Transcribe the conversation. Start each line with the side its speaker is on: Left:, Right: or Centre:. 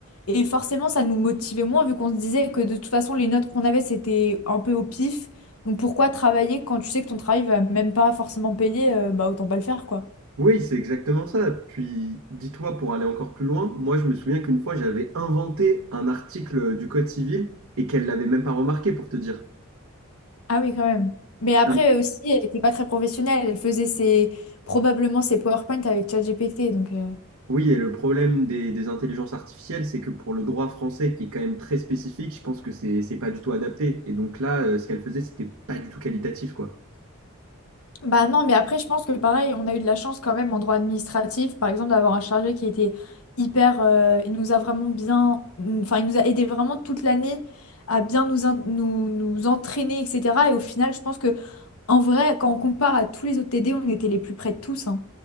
Left: et forcément ça nous motivait moins vu qu'on se disait que de toute façon les notes qu'on avait c'était un peu au pif donc pourquoi travailler quand tu sais que ton travail va même pas forcément payer euh, bah autant pas le faire quoi.
Right: Oui, c'est exactement ça. Puis, dis-toi, pour aller encore plus loin, moi je me souviens qu'une fois j'avais inventé un article du Code civil et qu'elle l'avait même pas remarqué pour te dire.
Left: Ah oui, quand même. Mais après
Right: Ah.
Left: aussi, elle n'était pas très professionnelle. Elle faisait ses, probablement ses PowerPoint avec ChatGPT. Donc, euh.
Right: Oui, et le problème des, des intelligences artificielles, c'est que pour le droit français, qui est quand même très spécifique, je pense que c'est c'est pas du tout adapté. Et donc là, euh, ce qu'elle faisait, c'était pas du tout qualitatif, quoi.
Left: Bah non, mais après, je pense que pareil, on a eu de la chance quand même en droit administratif, par exemple, d'avoir un chargé qui était hyper. euh, il nous a vraiment bien. Enfin, il nous a aidé vraiment toute l'année à bien nous, en- nous, nous entraîner, etc. Et au final, je pense que en vrai, quand on compare à tous les autres T D on était les plus près de tous. hein.